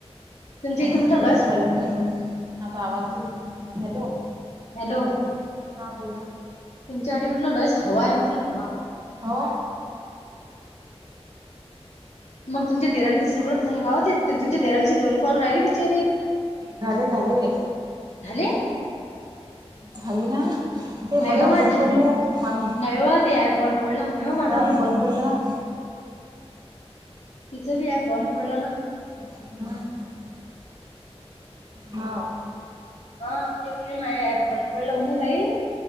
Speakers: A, on the left (about 85°); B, on the right (about 40°).
A: तुमच्या इथे म्हटलं
B: आता
A: लयच
B: आवाज य होती हॅलो.
A: हॅलो
B: हा बोला
A: तुमच्या वाटी म्हटलं लयस हवा आहे म्हटलं हवा.
B: हो
A: मग तुमच्या देराणीचं सगळंच झालं का ते तुमच्या देराणीची दोन कॉल राहिली बिचारारी.
B: झाले झाले
A: झाले
B: झाली ना हे
A: नाही
B: मदात
A: हो मा
B: बंद
A: झाले
B: पडलं मामी
A: नाही हो ते ऍप बंद पडलं म्हणे हो मला
B: बाय. बंद पडला.
A: तिचं बी ऍप बंद पडलं ना.
B: हम्म हा
A: हा के माझ ॲप पण पडलं म्ह तई.